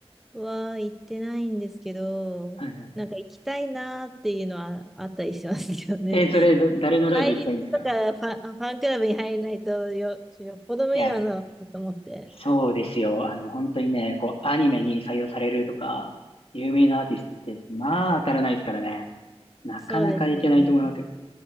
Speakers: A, in the centre; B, on the left.
A: は行ってないんですけど、
B: はいはい。
A: なんか行きたいなっていうのはあったりしますけどね。
B: え、それ、
A: <laughs>
B: ど誰のライブ行きたいんですか
A: 対立とかファン、ファンクラブに入れないとよ、よっぽど無理なのだと思って。
B: いや、そうですよ。あの、本当にね、こう、アニメに採用されるとか、有名なアーティストって、まあ、当たらないですからね。なかなかいけないと思いますよ。
A: そうですよね。